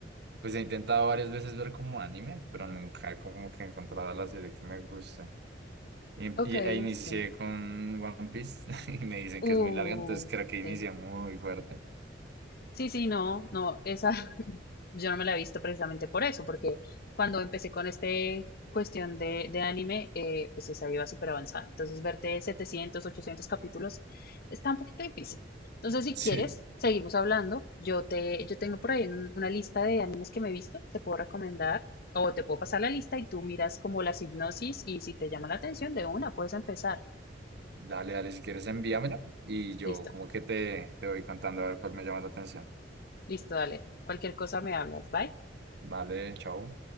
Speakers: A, on the right; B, on the left.
A: pues he intentado varias veces ver como anime, pero nunca como que he encontrado la serie que me gusta. Y,
B: Ok,
A: y- e inicié
B: sí.
A: con One Piece <laughs> y me dicen que
B: Uh,
A: es muy larga, entonces creo que inicié
B: sí.
A: muy fuerte.
B: Sí, sí, no, no, esa yo no me la he visto precisamente por eso, porque cuando empecé con este cuestión de, de anime, eh, pues esa iba súper avanzada. Entonces, verte 700, 800 capítulos está un poquito difícil. Entonces, si
A: Sí.
B: quieres, seguimos hablando. Yo te, yo tengo por ahí un- una lista de animes que me he visto, te puedo recomendar o te puedo pasar la lista y tú miras como las hipnosis y si te llama la atención de una, puedes empezar.
A: Dale, dale, si quieres envíamela y yo
B: Listo,
A: como que te, te voy contando a ver cuál me llama la atención.
B: listo, dale. Cualquier cosa me hablas. Bye.
A: Vale, chao.